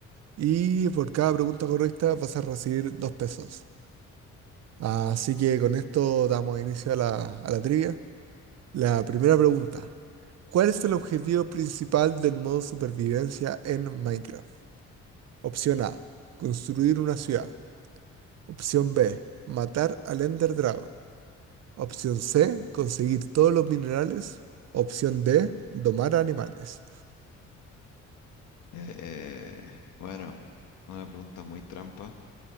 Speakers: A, on the right; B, on the left.
A: y por cada pregunta correcta vas a recibir dos pesos. Así que con esto damos inicio a la, a la trivia. La primera pregunta. ¿Cuál es el objetivo principal del modo supervivencia en Minecraft? Opción A. Construir una ciudad. Opción B. Matar al Ender Dragon. Opción C, conseguir todos los minerales. Opción D, domar animales.
B: Eh, bueno, una pregunta muy trampa.